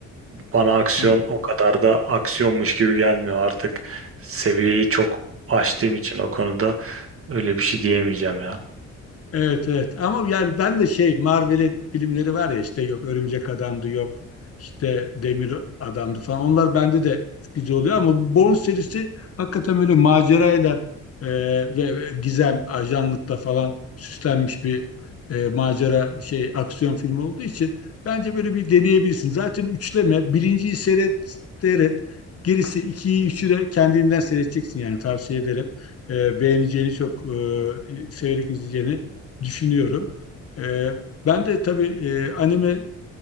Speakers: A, on the right; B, on the left.
A: Bana aksiyon
B: Hı.
A: o kadar da aksiyonmuş gibi gelmiyor artık. Seviyeyi çok aştığım için o konuda öyle bir şey diyemeyeceğim ya.
B: Evet evet ama yani ben de şey Marvel'in filmleri var ya işte yok Örümcek Adam'dı yok işte Demir Adam'dı falan onlar bende de sıkıcı oluyor ama Bourne serisi hakikaten böyle macerayla e, ve ve gizem ajanlıkla falan süslenmiş bir e, macera şey aksiyon filmi olduğu için bence böyle bir deneyebilirsin. Zaten üçleme birinciyi seyret seyret gerisi ikiyi üçü de kendinden seyredeceksin yani tavsiye ederim. E, beğeneceğini çok e, severek izleyeceğini düşünüyorum. E, ben de tabii e, animeye